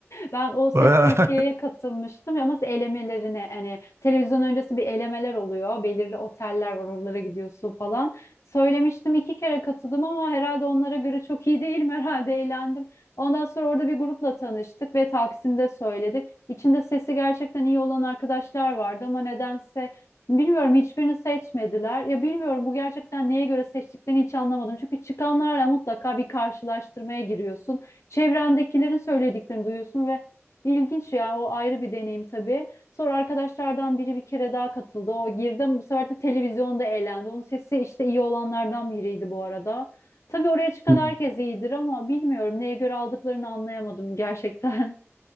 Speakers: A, on the left; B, on the right.
A: Ben o Ses
B: Bayağı-
A: Türkiye'ye
B: <laughs>
A: katılmıştım ama elemelerine hani televizyon öncesi bir elemeler oluyor. Belirli oteller var oralara gidiyorsun falan. Söylemiştim iki kere katıldım ama herhalde onlara göre çok iyi değilim <laughs> herhalde eğlendim. Ondan sonra orada bir grupla tanıştık ve Taksim'de söyledik. İçinde sesi gerçekten iyi olan arkadaşlar vardı ama nedense Bilmiyorum hiçbirini seçmediler. Ya bilmiyorum bu gerçekten neye göre seçtiklerini hiç anlamadım. Çünkü çıkanlarla mutlaka bir karşılaştırmaya giriyorsun. Çevrendekilerin söylediklerini duyuyorsun ve ilginç yani o ayrı bir deneyim tabii. Sonra arkadaşlardan biri bir kere daha katıldı. O girdi ama bu sefer de televizyonda eğlendi. Onun sesi işte iyi olanlardan biriydi bu arada. Tabii oraya çıkan
B: Hmm.
A: herkes iyidir ama bilmiyorum neye göre aldıklarını anlayamadım gerçekten.